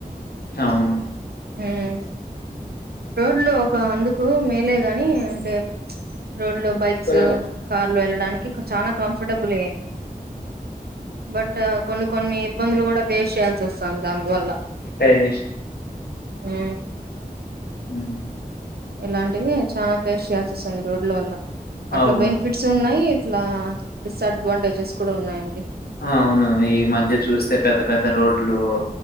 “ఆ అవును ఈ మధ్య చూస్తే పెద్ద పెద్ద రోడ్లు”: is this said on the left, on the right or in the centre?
Left